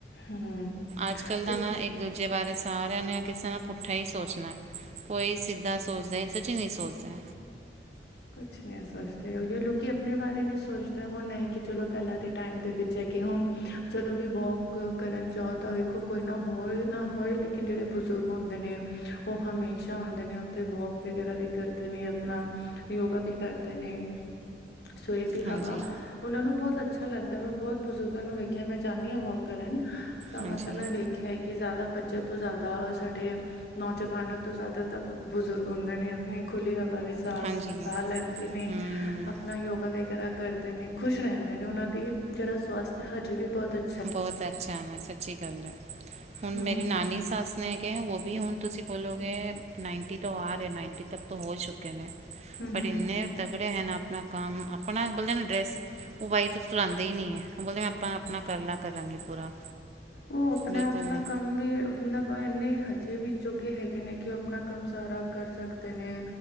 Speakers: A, on the left; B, on the right.
A: ਹੂੰ।
B: ਅੱਜ ਕੱਲ੍ਹ ਦਾ
A: ਤੇ
B: ਨਾ ਇੱਕ ਦੂਜੇ ਬਾਰੇ ਸਾਰੇਆਂ ਨੇ ਕਿਸੇ ਨਾ ਪੁੱਠਾ ਈ ਸੋਚਨਾ ਐ। ਕੋਈ ਸਿੱਧਾ ਸੋਚਦਾ ਈ ਸੱਚੀ ਨੀ ਸੋਚਦੇ।
A: ਕੁੱਛ ਨੀ ਸੋਚਦੇ। ਓਈਓ ਲੋਕੀ ਅਪਣੇ ਬਾਰੇ ਨੀ ਸੋਚਦੇ ਹੁਨ ਐ ਕਿ ਚਲੋ ਪੈਲਾਂ ਤੇ ਟਾਈਮ ਦੇ ਵਿੱਚ ਐ ਕਿ ਹੁਨ ਜਦੋਂ ਵੀ ਵੋਕ ਕਰਨ ਜਾਓ ਤਾਂ ਵੇਖੋ ਕੋਈ ਨਾ ਹੋਏ ਨਾ ਹੋਏ ਲੇ ਕਿਨ ਜਿਹੜੇ ਬਜ਼ੁਰਗ ਹੁੰਦੇ ਨੇ ਉਹ ਹਮੇਸ਼ਾ ਹੁੰਦੇ ਨੇ ਉੱਥੇ ਵੋਕ ਵਗੈਰਾ ਵੀ ਕਰਦੇ ਨੇ ਅਪਨਾ ਯੋਗਾ ਵੀ ਕਰਦੇ ਨੇ, ਸਵੇਰ ਦੀ
B: ਹਾਂਜੀ
A: ਹਵਾ ਉਨਾਂ ਨੂੰ ਬੋਤ ਅੱਛਾ ਲੱਗਦਾ ਮੈਂ ਬੋਤ ਬਜ਼ੁਰਗਾਂ ਨੂੰ ਵੇਖਿਆ ਮੈਂ ਜਾਨੀ ਆ ਵੋਕ ਕਰਨ। ਤਾਂ
B: ਹਾਂਜੀ
A: ਮਤਲੱਬ ਮੈਂ ਵੇਖਿਆ ਐ ਕਿ ਜਾਦਾ ਬੱਚਿਆਂ ਤੋਂ ਜਾਦਾ ਸਾਡੇ ਨੌਜਵਾਨਾਂ ਤੋਂ ਜਾਦਾ ਤਾਂ ਬਜ਼ੁਰਗ ਹੁੰਦੇ ਨੇ ਅਪਨੀ ਖੁੱਲੀ ਹਵਾ ਵਿੱਚ ਸਾਸ
B: ਹਾਂਜੀ
A: ਸਾਹ ਲੈਂਦੇ ਨੇ।
B: ਹੂੰ
A: ਅਪਨਾ ਯੋਗਾ ਵਗੈਰਾ ਕਰਦੇ ਨੇ ਖੁਸ਼ ਰਹਿੰਦੇ ਨੇ ਉਹਨਾਂ ਦੀ ਜੇੜਾ ਸਵਾਸਥ ਹੈ ਹਜੇ ਵੀ ਬੋਤ ਅੱ
B: ਬੋਤ ਅੱਛਾ ਨਾ ਸੱਚੀ ਗੱਲ ਐ ਹੁਣ
A: ਹਮ
B: ਮੇਰੀ ਨਾਨੀ ਸੱਸ ਨੇ ਉਹ ਵੀ ਹੁਣ ਤੁਸੀਂ ਬੋਲੋਗੇ ਨਾਈਂਟੀ ਤੋਂ ਆ ਰਹੇ ਨਾਈਂਟੀ ਤੱਕ ਤੋਂ ਹੋ ਚੁੱਕੇ ਨੇ
A: ਹਮ
B: ਪਰ
A: ਹਮ
B: ਇੰਨੇ ਤਗੜੈ ਹੈ ਨਾ ਅਪਨਾ ਕੰਮ ਅਪਨਾ ਬੋਲਿਆ ਨਾ ਡਰੈਸ ਉਹ ਬਾਈ ਤੋਂ ਧਲਾਉਂਦੇ ਹੀ ਨੀ ਐ ਉਹ ਬੋਲ ਮੈਂ ਆਪ ਅਪਨਾ ਕਰਲਾ ਕਰਾਂਗੀ ਪੂਰਾ।
A: ਓ ਅਪਨਾ-ਅਪਨਾ
B: ਬਿਲਕੁਲ ਨਹੀਂ
A: ਕੰਮ ਵੀ ਉ ਨਾ ਇੰਨੇ ਹਜੇ ਵੀ ਜੋਗੇ ਹੈਗੇ ਨੇ ਕਿ ਉਹ ਅਪਨਾ ਕੰਮ ਸਾਰਾ ਕਰ ਸਕਦੇ ਨੇ